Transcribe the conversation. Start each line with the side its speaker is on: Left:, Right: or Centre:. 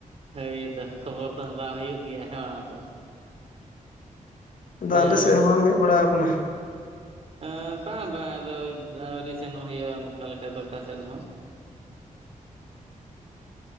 Right: ᱦᱮᱸ ᱦᱳᱭᱛᱚ ᱠᱷᱚᱵᱚᱨ ᱛᱚ ᱦᱟᱛᱟᱣ ᱦᱩᱭᱩᱜ ᱜᱮᱭᱟ ᱦᱮᱸ ᱵᱟᱝ ᱥᱮ ᱾
Left: ᱦᱩᱸ ᱟᱫᱚ
Right: ᱦᱮᱸ
Left: ᱟᱞᱮ ᱥᱮᱫ ᱦᱚᱸ ᱵᱟᱢ ᱦᱮᱡ ᱵᱟᱲᱟ ᱟᱠᱟᱱᱟ?
Right: ᱟᱹ ᱵᱟᱝ ᱵᱟᱝ ᱟᱫᱚ ᱟᱹᱣᱨᱤ ᱥᱮᱱᱚᱜ ᱦᱩᱭᱩᱜᱼᱟ ᱚᱱᱠᱟ ᱞᱮᱠᱟ ᱫᱚ ᱚᱠᱟ ᱥᱮᱫ ᱦᱚᱸ ᱾
Left: ᱦᱩᱸ